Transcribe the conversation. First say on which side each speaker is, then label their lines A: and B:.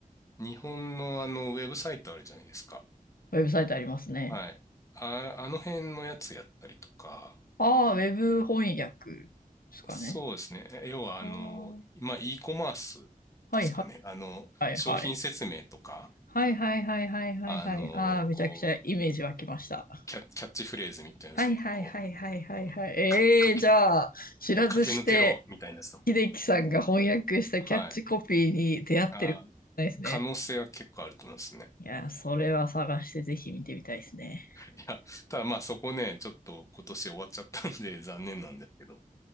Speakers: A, on the left; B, on the left.
A: 日本のあの、ウェブサイトあるじゃないですか。
B: ウェブサイトありますね。
A: はい。あ、あの辺のやつやったりとか、
B: ああ、ウェブ翻訳ですかね。
A: そうですね。え要は、
B: あ
A: あの、
B: あ
A: まあ、e コマースですかね。
B: はいはい
A: あの、
B: はいはい。
A: 商品説明とか、
B: はいはいはいはいはいはい。
A: あの、
B: ああ、めちゃくちゃイメージ湧きました。
A: こう、キャ、キャッチフレーズみたいなやつとか、
B: はいはいはいはいはいはい。
A: こう、ねか、
B: ええー、
A: かけ、
B: じゃあ、知らずして、
A: 駆け抜けろみたいなやつとか。
B: 秀樹さんが翻訳したキャッチコピーに出会ってるかもしれないですね。
A: はい。あ、可能性は結構あると思うんですね。
B: いやー、それは探してぜひ見てみたいですね。
A: いや、ただまあそこね、ちょっと今年終わっちゃったんで残念なんですけど、